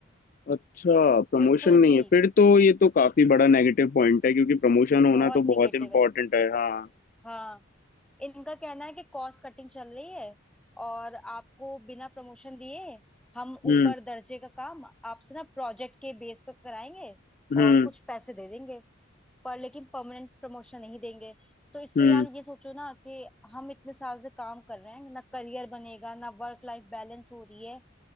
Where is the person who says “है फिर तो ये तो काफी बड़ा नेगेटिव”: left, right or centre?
Left